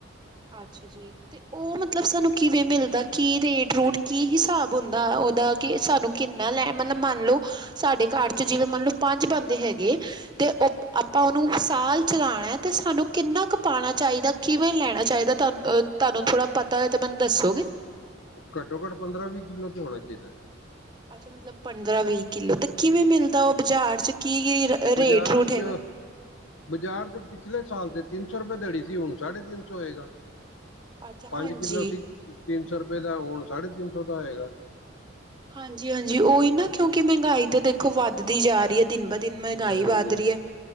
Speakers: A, on the right; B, on the left.
A: ਅੱਛਾ ਜੀ, ਤੇ ਉਹ ਮਤਲਬ ਸਾਨੂੰ ਕਿਵੇਂ ਮਿਲਦਾ ਕੀ ਰੇਟ ਰੂਟ ਕੀ ਹਿਸਾਬ ਹੁੰਦਾ ਉਹਦਾ ਕਿ ਸਾਨੂੰ ਕਿੰਨਾ ਲੈ ਮਤਲਬ ਮੰਨ ਲਓ ਸਾਡੇ ਘਰ ਚ ਜਿਵੇਂ ਮੰਨਲਓ ਪੰਜ ਬੰਦੇ ਹੈਗੇ ਤੇ ਅਪ ਆਪਾਂ ਉਹਨੂੰ ਸਾਲ ਚਲਾਣੈ ਤੇ ਸਾਨੂੰ ਕਿੰਨਾ ਕੁ ਪਾਣਾ ਚਾਹੀਦਾ ਕਿਵੇਂ ਲੈਣਾ ਚਾਹੀਦਾ, ਤੁਹਾਨੂੰ ਅ ਤੁਹਾਨੂੰ ਥੋੜਾ ਪਤਾ ਹੋਏ ਤੇ ਮੈਨੂੰ ਦੱਸੋਗੇ।
B: ਘੱਟੋ ਘੱਟ ਪੰਦਰਾਂ ਵੀਹ ਕਿੱਲੋ ਤੇ ਹੋਣਾ ਚਾਹੀਦੈ।
A: ਅੱਛਾ ਮਤਲਬ ਪੰਦਰਾਂ ਵੀਹ ਕਿੱਲੋ ਤੇ ਕਿਵੇਂ ਮਿਲਦਾ ਉਹ ਬਾਜ਼ਾਰ ਚ ਕੀ, ਕੀ
B: ਬਾਜ਼ਾਰ
A: ਰੇਟ ਰੂਟ ਹੈਗਾ।
B: ਚ ਬਾਜ਼ਾਰ ਚ ਪਿਛਲੇ ਸਾਲ ਤੇ ਤਿੰਨ ਸੌ ਰੁਪਏ ਦੜੀ ਸੀ ਹੁਣ ਸਾਢੇ ਤਿੰਨ ਸੌ ਹੋਏਗਾ।
A: ਅੱਛਾ
B: ਪੰਜ
A: ਹਾਂਜੀ।
B: ਕਿੱਲੋ ਸੀ ਤਿੰਨ ਸੌ ਰੁਪਏ ਦਾ ਹੁਣ ਸਾਢੇ ਤਿੰਨ ਸੌ ਦਾ ਹੋਏਗਾ।
A: ਹਾਂਜੀ, ਹਾਂਜੀ ਉਹੀ ਨਾ ਕਿਉਂਕਿ ਮਹਿੰਗਾਈ ਤਾਂ ਦੇਖੋ ਵੱਧਦੀ ਜਾ ਰਹੀ ਦਿਨ ਬ ਦਿਨ ਮਹਿੰਗਾਈ
B: ਹੂੰ
A: ਵੱਧ ਰਹੀ ਏ।